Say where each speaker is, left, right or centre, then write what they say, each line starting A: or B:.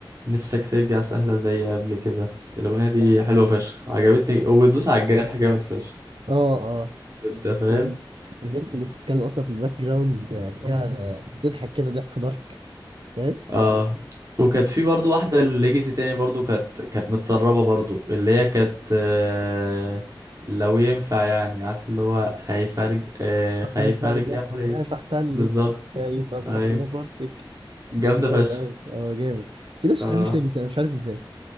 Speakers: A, on the right; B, on the right.
A: نفسك ترجع سهلة زي قبل كده الأغنية دي
B: اه
A: حلوة فشخ عجبتني وبتدوس على الجرح جامد فشخ
B: اه
A: انت فاهم
B: ال- البنت اللي بتتكلم اصلا في الباك جراوند آه، فيها آه، بتضحك كده ضحك دارك فاهم
A: اه وكانت في برضو واحدة ليجاسي تاني برضو كانت كانت متسربة برضو اللي هي كانت آه، لو ينفع يعني عارف اللي هو خايف ارجع خايف
B: خايف ارجع
A: ارجع عليك
B: خايف احتلك
A: بالظبط
B: خايف ابقى
A: ايوه
B: في نفرتك
A: جامدة
B: ده جامد
A: فشخ
B: قوي اه جامد في ناس ما
A: اه
B: بتحبش نيجسي انا مش عارف ازاي